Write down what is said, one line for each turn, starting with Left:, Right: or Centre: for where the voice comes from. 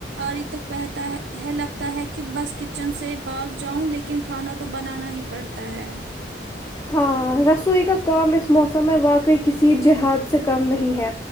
Right: آڑھی تک پہتا ہے ہے لگتا ہے کہ بس کچن سے باگ جاؤں لیکن کھانا تو بنانا ہی پڑتا ہے
Left: ہاں رسوئی کا کام اس موسم میں واقعی کسی جہاد سے کم نہیں ہے